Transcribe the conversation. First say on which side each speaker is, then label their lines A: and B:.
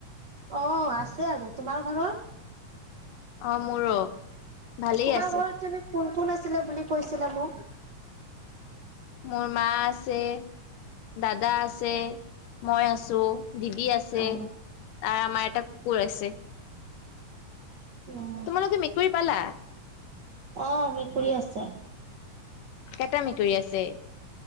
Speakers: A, on the right (about 65°); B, on the left (about 85°).
A: অ' আছে আৰু। তোমাৰ ঘৰৰ
B: অ' মোৰো ভালেই
A: তোমাৰ
B: আছে
A: ঘৰত যে কোন কোন আছিলে বুলি কৈছিলা মোক?
B: মোৰ মা আছে, দাদা আছে, মই আছোঁ। দিদি আছে।
A: অ
B: আৰু আমাৰ এটা কুকুৰ আছে।
A: উম।
B: তোমালোকে মেকুৰী পালা?
A: অহ, মেকুৰী আছে।
B: কেইটা মেকুৰী আছে?